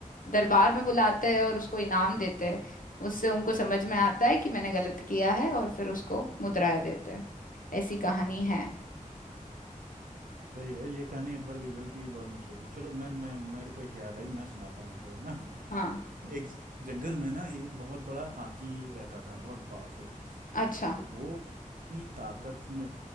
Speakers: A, on the left; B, on the right.
A: दरबार में बुलाते हैं और उसको इनाम देते हैं उससे उनको समझ में आता है कि मैंने गलत किया है और फिर उसको मुद्राएं देते हैं ऐसी कहानी है
B: सही है ये कहानी अकबर बीरबल की भी बहुत मशहूर थी चलो मैं मैं मेरे को एक याद आई मैं सुनाता हूँ एक और ना
A: हाँ
B: एक जंगल में ना एक बहुत बड़ा हाथी रहता था बहुत पावरफुल तो
A: अच्छा
B: वो अपनी ताकत में